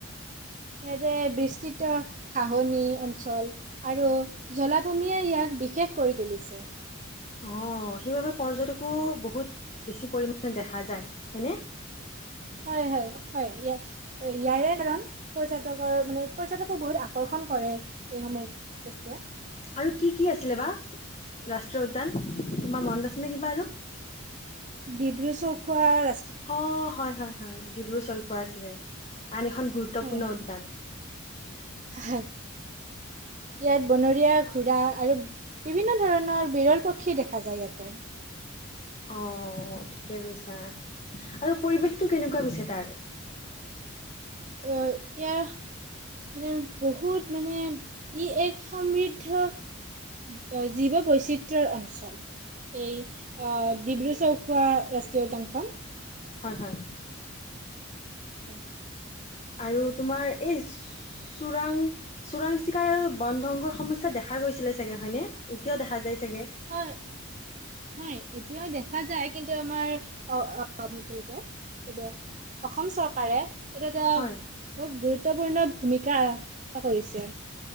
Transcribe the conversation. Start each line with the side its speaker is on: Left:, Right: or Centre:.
Right: ইয়াতে বিস্তৃত খাহনি অঞ্চল আৰু জলাভূমিয়ে ইয়াক বিশেষ কৰি তুলিছে
Left: অ সেইবাবে পৰ্যটকো বহুত বেছি পৰিমাণে দেখা যায় হয়নে?
Right: হয় হয় হয় ইয়ে ইয়াৰে কাৰণ পৰ্যটকৰ মানে পৰ্যটকো বহুত আকৰ্ষণ কৰে। এইসমূহ বস্তুৱে
Left: আৰু কি কি আছিলে বা? ৰাষ্ট্ৰীয় উদ্যান তোমাৰ মন আছে নে কিবা আৰু
Right: ডিব্ৰু চৌখোৱাৰ
Left: অ হয় হয় হয় ডিব্ৰু চৈখোৱা আছিলে আন এখন গুৰুত্বপূৰ্ণ
Right: হয় হয়
Left: উদ্যান
Right: হয় ইয়াত বনৰীয়া ঘোৰা আৰু বিভিন্ন ধৰণৰ বিৰল পক্ষী দেখা যায় ইয়াতে
Left: অ ঠিকে কৈছা আৰু পৰিৱেশটো কেনেকুৱা পিছে তাৰ
Right: অহ ইয়াৰ মানে বহুত মানে ই এক সমৃদ্ধ অ জীৱ বৈচিত তৰ অঞ্চল এই অ ডিব্ৰু চৌক খোৱা ৰাষ্ট্ৰীয় উদ্যানখন
Left: হয় হয়
Right: <unintelligible>
Left: আৰু তোমাৰ এই চোৰাং চোৰাং চিকাৰ আৰু বন ধ্বংসৰ সমস্যা দেখা গৈছিলে চাগে হয়নে এতিয়াও দেখা যাই চাগে
Right: হয় হয় এতিয়াও দেখা যায় কিন্তু আমাৰ অ কি কয় এইটো অসম চৰকাৰে এটো এটা
Left: হয়
Right: খোব গুৰুত্ গুৰুত্বপূৰ্ণ ভূমিকা আহ কৰিছে।